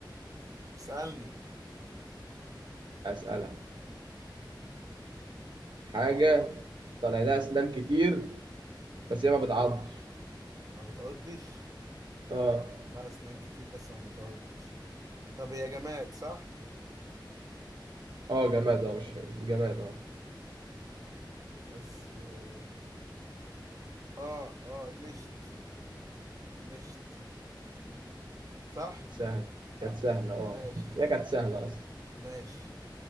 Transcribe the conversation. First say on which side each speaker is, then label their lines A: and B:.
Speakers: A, on the right; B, on the right.
A: اسالني
B: أسألك حاجة طالع لها أسنان كتير بس هي ما بتعضش
A: ما بتعضش
B: اه
A: لها اسنان كتير بس ما بتعضش طب هي جماد صح
B: اه جماد اه مش جماد اه
A: بس اه اه آه، المشت المشت صح
B: سهل كانت سهلة اه
A: ماشي
B: هي كانت سهلة أصلا
A: ماشي